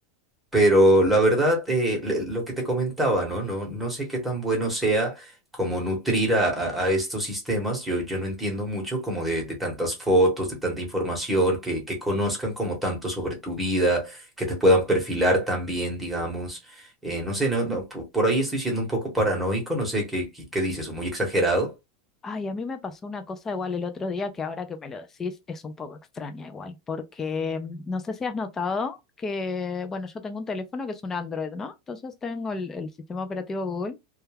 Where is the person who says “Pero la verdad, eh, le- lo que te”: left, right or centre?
Centre